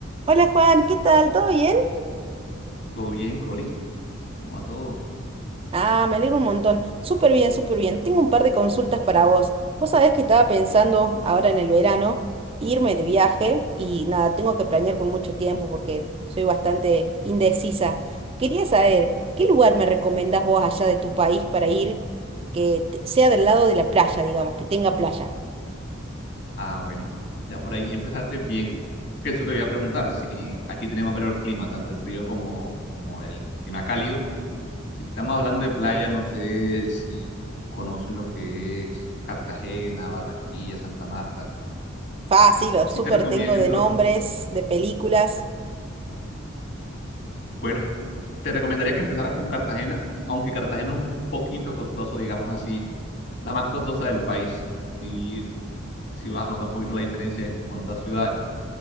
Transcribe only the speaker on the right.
Hola Juan, ¿qué tal? ¿Todo bien?
Ah, me alegro un montón. Súper bien, súper bien. Tengo un par de consultas para vos. Vos sabés que estaba pensando ahora en el verano irme de viaje y nada, tengo que planear con mucho tiempo porque soy bastante indecisa. Quería saber, ¿qué lugar me recomendás vos allá de tu país para ir que te- sea del lado de la playa, digamos, que tenga playa?
Fácil, los
súper
tengo de nombres, de películas.